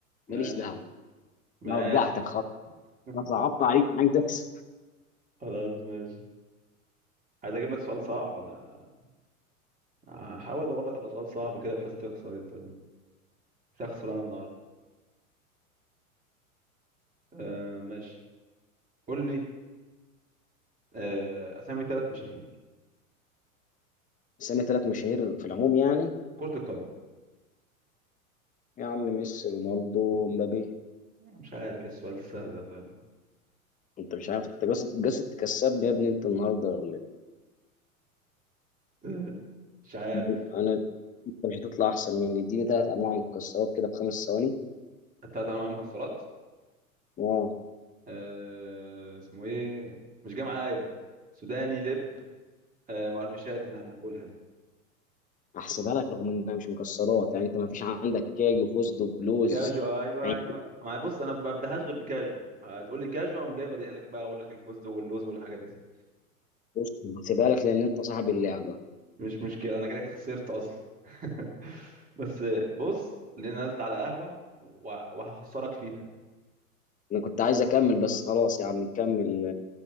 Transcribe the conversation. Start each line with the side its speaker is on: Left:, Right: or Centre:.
Left: ماليش
Right: ماشي
Left: دعوه
Right: ماشي
Left: انا وجعتك خالص
Right: <laughs>
Left: انا صعبت عليك انا عايز اكسب
Right: خلاص ماشي عايز اجيب لك سؤال صعب انا هحاول ادور لك على سؤال صعب كده بحيث تخسر انت انت خسران النهارده آه ماشي قول لي آه اسامي ثلاث مشاهير
Left: سامي ثلاث مشاهير في العموم يعني
Right: في كرة القدم
Left: يا عم ميسي رونالدو مبابي
Right: آه، مش عارف ايه السؤال السهل ده فعلا
Left: انت مش عارف انت قاصد قاصد تكسبني يا ابني انت النهارده ولا
Right: <laughs> مش عارف
Left: إيه؟ انا انت مش هتطلع احسن مني اديني ثلاث انواع مكسرات كده بخمس ثواني
Right: التلات انواع مكسرات
Left: اه
Right: آه اسمه ايه مش جاي معايا سوداني لب آه مقرمشات اللي احنا بناكلها دي
Left: هحسبها لك رغم انها مش مكسرات يعني انت ما فيش عندك كاج وفوزدو بلوز
Right: كاجو ايوه
Left: يعني
Right: ايوه ما بص انا ما ببداهاش غير بكاجو هتقول لي كاجو اقوم جاي بادئ لك بقى اقول لك الفوز واللوز والحاجات دي
Left: بص، هحسبها لك لان انت صاحب اللعبه
Right: مش مشكلة أنا كده كده خسرت أصلا <laughs> بس بص لينا نازلة على قهوة و- وهخسرك فيها
Left: انا كنت عايز اكمل بس خلاص يا عم نكمل